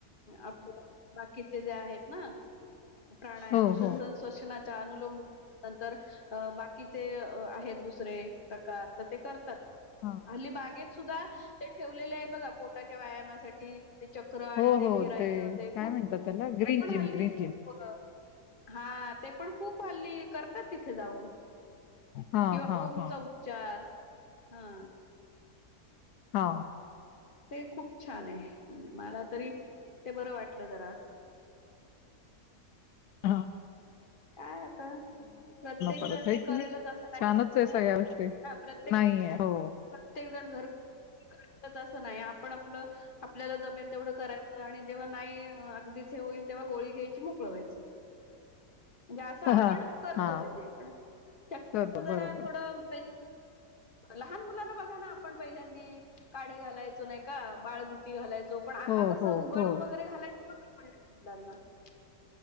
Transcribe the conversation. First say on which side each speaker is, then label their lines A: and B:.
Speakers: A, on the left; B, on the left.
A: आपल्या जे आहेत ना प्राणायाम
B: हो,
A: श्वसन
B: हो.
A: श्वसनाचा अनुलंब नंतर अ बाकीचे आहेत दुसरे प्रकार तर ते करतात
B: हां.
A: हली बागेत सुद्धा ते ठेवलेले आहे बघा पोटाच्या व्यायामासाठी ते चक्र आणि
B: हो,
A: ते
B: हो.
A: फिरायचं ते
B: काय
A: खूप
B: म्हणतात त्याला ग्रीन
A: ते पण
B: जिम,
A: हल्ली
B: ग्रीन
A: खूप
B: जिम.
A: हा ते पण खूप हल्ली करतात तिथे जाऊन
B: हां,
A: किंवा
B: हां,
A: ओमचा
B: हां.
A: उच्चार हा
B: हा
A: ते खूप छान आहे मला तरी ते बरं वाटलं जरा अस
B: हा
A: काय आता प्रत्येक
B: परत
A: जण
B: आहे
A: ते करेलच
B: की नाही?
A: असं नाही
B: छानच आहे सगळ्या गोष्टी.
A: प्रत्येक
B: नाहीये. हो.
A: प्रत्येक जण घरत असं नाही पण आपलं आपल्याला जमेल तेवढं करायचं आणि जेव्हा नाही अगदीच हे होईल तेव्हा गोळी घ्यायची मोकळवायचं म्हणजे असं आपण
B: हां.
A: करतो म्हणजे पण शक्यत
B: करतो
A: जरा
B: बरोबर.
A: थोडं ल मुलाना बघा ना आपण पहिल्यांद काढे घालायचो नाही का बाळगुट्टी घालायच पण आता
B: हो,
A: कसं
B: हो,
A: उगळून
B: हो.
A: वगैरे घालायच <unintelligible> <unintelligible>